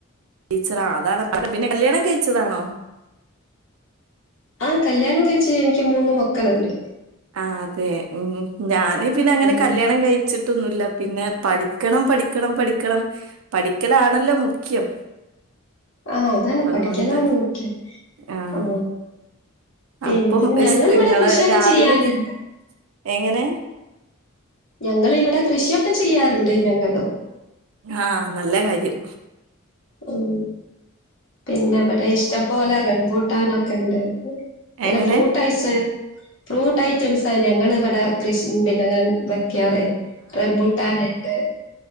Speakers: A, on the right; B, on the left.
A: ടീച്ചറ അതാണ് പിന്നെ കല്യാണം കഴിച്ചതാണോ
B: ആ കല്യാണം കഴിചാ എനിക്ക് മൂന്ന് മക്കള്ണ്ട്
A: ആ അതെ ഉം ഞാന് പിന്നെ അങ്ങനെ
B: ഉം.
A: കല്യാണം കഴിച് ട്ട് ഒന്നുല്ല പിന്നെ പഠിക്കണം പഠിക്കണം പഠിക്കണം പഠിക്കലാണല്ലോ മുഖ്യം
B: ആ അതാണ്
A: അതുകൊണ്ട്
B: പഠിക്കലാണ് മുഖ്യം
A: ആഹ്
B: ആ പിന്നെ
A: അപ്പം
B: ഞങ്ങള്
A: ഇസ്
B: ഇവടെ
A: ഇങ്ങളെ
B: കൃഷിയൊക്കെ
A: രാവിലെ
B: ചെയ്യാറ്ണ്ട്
A: നീ എങ്ങനെ
B: ഞങ്ങള് ഇവടെ കൃഷിയൊക്കെ ചെയ്യാറ്ണ്ട് ഞങ്ങളും
A: ആ നല്ല കാര്യം
B: ഉം പിന്ന ഇവടെ ഇഷ്ടംപോലെ റംബൂട്ടാനൊക്ക ഇണ്ട് അങ്ങനെ
A: എങ്ങനെ
B: ഫ്രൂട്ട് ഐസ് ഫ്രൂട്ട് ഐറ്റംസ ഞങ്ങള് ഇവടെ കൃഷി പിന്നെ വെക്കാറ് റംബൂട്ടാന് ഇണ്ട്